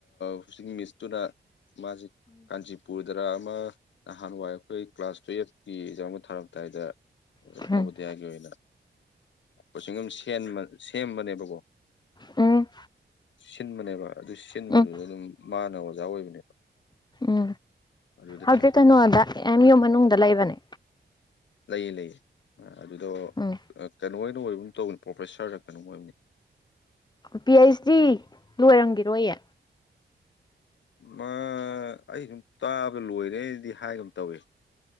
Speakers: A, on the left; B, on the left.
A: ꯍꯧꯖꯤꯛ ꯃꯤꯁꯇꯨꯅ ꯃꯥꯁꯤ ꯀꯥꯟꯆꯤꯄꯨꯔꯗ ꯑꯃ ꯅꯍꯥꯟꯋꯥꯏ ꯑꯩꯈꯣꯏ ꯀ꯭ꯂꯥꯁ ꯇꯨꯌꯦꯜꯐꯀꯤ ꯑꯦꯛꯖꯥꯝ ꯑꯃ ꯊꯥꯔꯝꯗꯥꯏꯗ
B: ꯎꯝ
A: ꯅꯕꯣꯗꯤꯌꯥꯒꯤ ꯑꯣꯏꯅ ꯀꯆ ꯑꯗꯨ ꯁꯦꯝꯕꯅꯦꯕꯀꯣ
B: ꯎꯝ
A: ꯁꯤꯟꯕꯅꯦꯕ ꯑꯗꯨ ꯁꯤꯟꯕꯗꯨꯁꯨ
B: ꯎꯝ
A: ꯑꯗꯨꯝ ꯃꯥꯅ ꯑꯣꯖꯥ ꯑꯣꯏꯕꯅꯦꯕ
B: ꯎꯝ
A: ꯑꯗꯨꯗ
B: ꯍꯧꯖꯤꯛ
A: ꯊꯦꯡꯅꯕ
B: ꯀꯩꯅꯣꯗꯦꯝ ꯌꯨꯝ ꯃꯅꯨꯡꯗ ꯂꯩꯕꯅꯦ
A: ꯂꯩꯌꯦ ꯂꯩꯌꯦ ꯑꯗꯨꯗꯣ
B: ꯎꯝ
A: ꯀꯩꯅꯣ ꯑꯣꯏꯅ ꯑꯣꯏꯕ ꯇꯧꯕꯅꯤ ꯄ꯭ꯔꯣꯐꯦꯁꯥꯔꯗ ꯀꯩꯅꯣꯝ ꯑꯣꯏꯕꯅꯤ
B: ꯄꯤ ꯑꯩꯆ ꯗꯤ ꯂꯣꯏꯔꯝꯈꯤꯔꯣꯏꯌꯦ
A: ꯃꯥ ꯑꯩ ꯁꯨꯝ ꯇꯥꯕꯗ ꯂꯣꯏꯔꯦꯗꯤ ꯍꯥꯏꯒ ꯑꯃ ꯇꯧꯏ